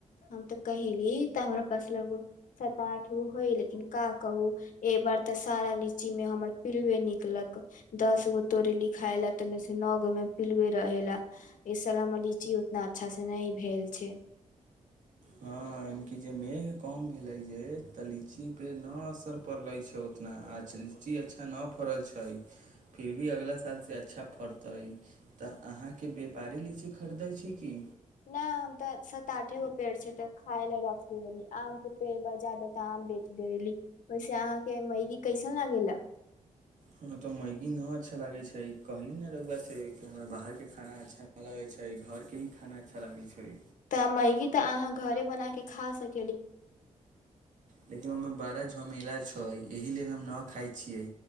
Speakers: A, on the left; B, on the right.
A: हम तऽ कहेली तऽ हमरा पास लगभग सात आठ गो होय लेकिन का कहू एक बार तऽ सारा लीचीमे हमर पिलुए निकलक दस गो तोरेलि खााय लए तऽ ओहिमे से नओ गोमे पिलुे रहे लए एहि साल हमर लीची उतना अच्छासँ नहि भेल छै
B: हँ एमकि जे मेघ कम भेले जे तऽ लीची पे न असर पड़ले छै उतना आछा लीची अच्छा न फड़ल छै फिर भी अगला साल से अच्छा फड़तै तऽ अहाँके व्यापारी लीची खरीदै छी की
A: नहि हम तऽ सात आठे गो पेड़ छै तऽ खाय लए रख देबी आमके पेड़ ब जादा तऽ आम बेच देबेली ओहिसे अहाँके मैगी कैसन लागेला
B: हँ तऽ मैगी नहि अच्छा लगैत छै कहली ने रौआ से कि हमरा बाहरके खाना अच्छा नहि लगैत छै घरके ही खाना अच्छा लगैत छै
A: तऽ मैगी तऽ अहाँ घरे बना के खा सक
B: लेकिन ओहिमे बारा झमेला छै त एहि लेल हम न खाइ छियै